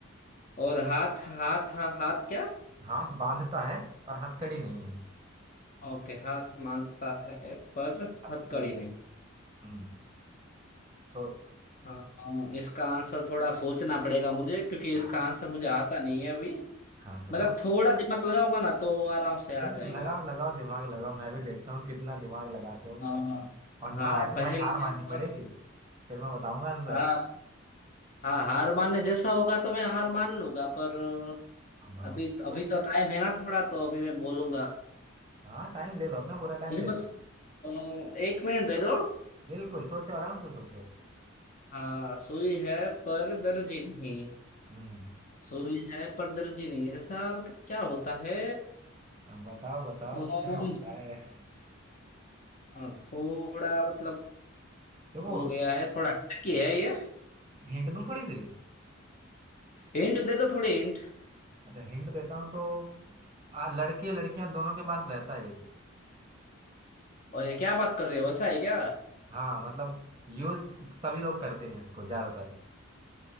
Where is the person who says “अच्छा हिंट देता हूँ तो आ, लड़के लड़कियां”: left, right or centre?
Right